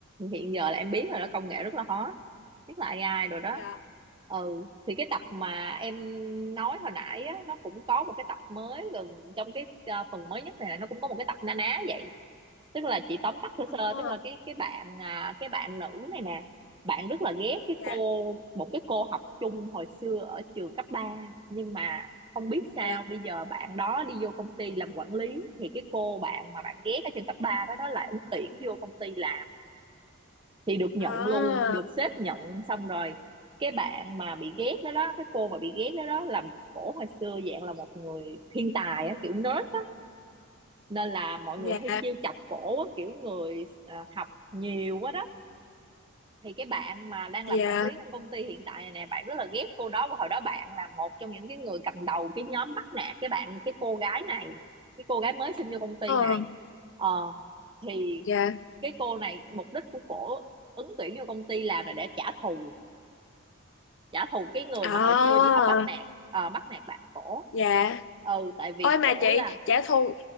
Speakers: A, on the right; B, on the left.
A: hiện giờ là em biết rồi đó công nghệ rất là hot nhất là AI rồi đó
B: dạ
A: ừ thì cái tập mà em nói hồi nãy á nó cũng có một cái tập mới gần trong cái ờ, phần mới nhất này là nó cũng có một cái tập na ná vậy tức là chị tóm tắt sơ sơ
B: Ờ,
A: tức là cái cái bạn à, cái bạn nữ này nè bạn rất là ghét cái
B: dạ
A: cô một cái cô học chung hồi xưa ở trường cấp ba nhưng mà không biết sao
B: dạ
A: bây giờ bạn đó đi vô công ty làm quản lý thì cái cô bạn mà bạn ghét ở trường cấp 3 đó đó lại ứng tuyển vô công ty làm thì được nhận
B: à
A: luôn được sếp nhận xong rồi cái bạn mà bị ghét đó đó cái cô mà bị ghét đó đó là cổ hồi xưa dạng là một người thiên tài á kiểu nerd á nên là mọi người
B: dạ
A: hay chiêu chọc cổ á, kiểu người à, học nhiều quá đó thì cái bạn mà đang
B: dạ
A: làm quản lý trong công ty hiện tại này nè bạn rất là ghét cô đó và hồi đó bạn là một trong những cái người cầm đầu cái nhóm bắt nạt cái bạn cái cô gái này cái cô gái mới xin vô công ty
B: ờ
A: này ờ thì
B: dạ
A: cái cô này mục đích của cổ ứng tuyển vô công ty làm là để trả thù trả thù cái người
B: à
A: mà hồi xưa đi học bắt nạt ờ, bắt nạt bạn cổ
B: dạ
A: ừ tại vì
B: ôi mà
A: cổ
B: chị
A: là
B: trả thù